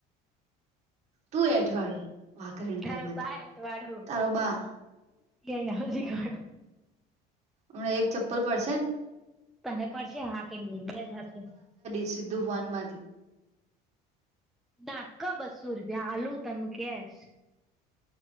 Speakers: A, on the right; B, in the centre.
A: તું એઠવાડો વાકરે
B: તારે
A: તેમાંથી
B: બાય અઠવાડો
A: તારો બા.
B: <unintelligible>
A: હમણાં એક ચપ્પલ પડશે ને
B: તને પડશે હાટી મે જ હથે.
A: સિદ્ધુ વાવાન <unintelligible> માંથી
B: નાક બસ્સો રૂપિયા આલુ તને કેશ.